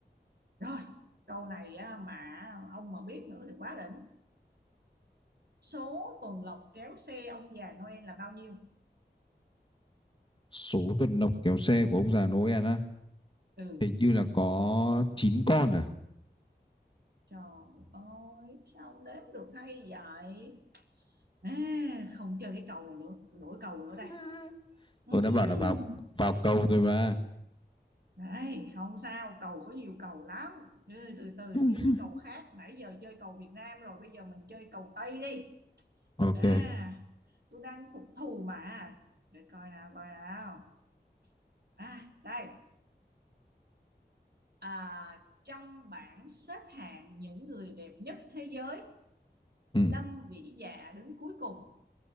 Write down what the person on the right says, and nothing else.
Rồi, câu này á, mà ông mà biết nữa thì quá đỉnh. Số tuần lộc kéo xe ông già Noel là bao nhiêu?
Ừ,
trời ơi, sao đếm được hay vậy? À, không chơi cái cầu này nữa, tôi đổi cầu nữa đây.
Ừm,
Đấy, không sao, cầu có nhiều cầu lắm. Ừ, từ từ
kiếm cái cầu khác. Nãy giờ chơi cầu Việt Nam rồi, bây giờ mình chơi cầu Tây đi.
À, tôi đang phục thù mà. Để coi nào, coi nào. À, đây. À, trong bảng xếp hạng những người đẹp nhất thế giới,
Lâm Vĩ Dạ đứng cuối cùng.